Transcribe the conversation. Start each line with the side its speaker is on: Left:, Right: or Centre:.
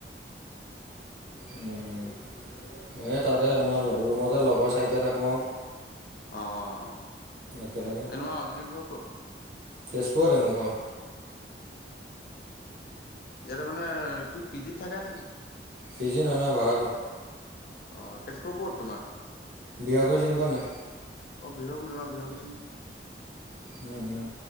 Right: উম এই তাতে আমাৰ ৰুমতে লগৰ চাৰিটা থাকো আৰু
Left: অ অ
Right: একেলগে
Left: এই তোমাৰ অৰিজিনেল ঘৰ ক'ত
Right: তেজপুৰতে মোৰ ঘৰ
Left: ইয়াতে মানে কি পিজিত থাকা নেকি
Right: পিজি নহয় নহয় ভাড়া ঘৰ
Left: অ তেজপুৰ ক'ত তোমাৰ
Right: বিয়া কৰি চিনি পোৱা নাই
Left: অ বিহ কৰি অ বিহ কৰি চিনি
Right: উম উম